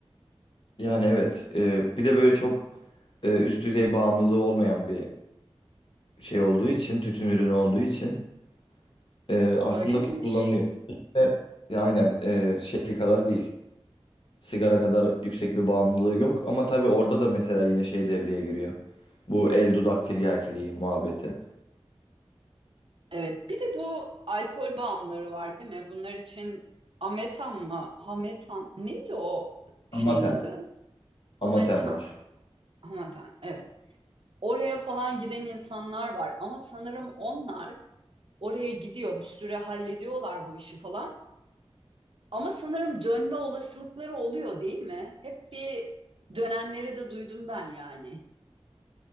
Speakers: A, on the left; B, on the right.
A: Yani evet. e, bir de böyle çok e, üst düzey bağımlılığı olmayan bir şey olduğu için, tütün ürünü olduğu için e, aslında
B: Öyle miymiş?
A: kullanılıyor. Ve, e, aynen e, şey kadar değil. Sigara kadar yüksek bir bağımlılığı yok. Ama tabii orada da mesela yine şey devreye giriyor. Bu el dudak tiryakiliği muhabbeti.
B: Evet. Bir de bu alkol bağımlıları var değil mi? Bunlar için Ametan mı? Hametan. Neydi o şeyin
A: Amatem.
B: adı? Hametan.
A: Amatem var.
B: Hametan. Evet. Oraya falan giden insanlar var ama sanırım onlar oraya gidiyor bir süre hallediyorlar bu işi falan. Ama sanırım dönme olasılıkları oluyor değil mi? Hep bir dönenleri de duydum ben yani.